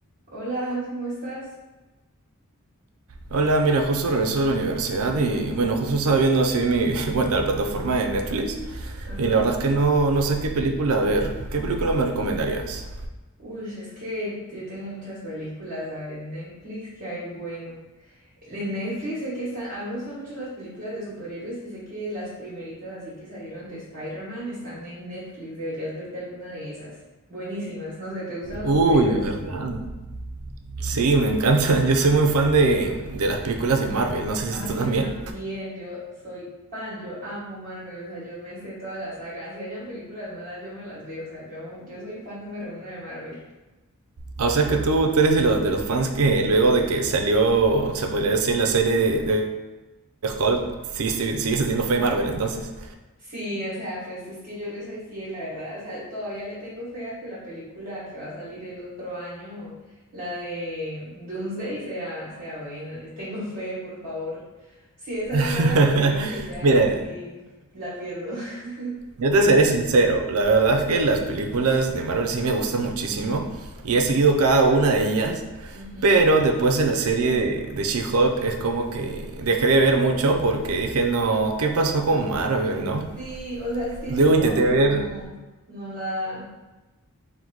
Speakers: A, on the right; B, on the right.
A: Hola, Hans, ¿cómo estás?
B: Hola, mira, justo regreso de la universidad y bueno, justo estaba viendo así mi, <laughs> bueno, la plataforma de Netflix
A: Ajá.
B: y la verdad es que no, no sé qué película ver. ¿Qué película me recomendarías?
A: Uy, es que yo tengo muchas películas, a ver, en Netflix, ¿qué hay bueno? En Netflix sé que están, a mí me gustan mucho las películas de superhéroes y sé que las primeritas así que salieron de Spider-Man están en Netflix, deberías verte alguna de esas. Buenísimas, no sé, ¿te gustan los
B: Uy,
A: superhéroes?
B: ¿verdad? Sí, me encanta. <laughs> Yo soy muy fan de, de las películas de Marvel, no sé
A: Ay,
B: si tú también.
A: yo también, yo soy fan, yo amo Marvel, o sea, yo me sé toda la saga, así hayan películas malas, yo me las veo, o sea, yo, yo soy fan número uno de Marvel.
B: O sea que tú, tú eres de los, de los fans que luego de que salió, se podría decir, la serie de, de Hulk, sí, sí, sigues teniendo fe en Marvel entonces.
A: Sí, o sea, pues es que yo le soy fiel, la verdad. O sea, todavía le tengo fe a que la película que va a salir el otro año, la de Doomsday, sea, sea buena. Yo tengo fe, por favor. Si esa
B: <laughs>
A: es mala, pues yo creo que ya
B: Mira.
A: ahí sí la pierdo. <laughs>
B: Yo te seré sincero, la verdad es que las películas de Marvel sí me gustan muchísimo y he seguido cada una de ellas,
A: Ujú.
B: pero después de la serie de, de She-Hulk es como que dejé de ver mucho porque dije, no, ¿qué pasó con Marvel, no?
A: Sí, o sea, es que
B: Luego
A: She-Hulk
B: intenté ver,
A: no, no la da.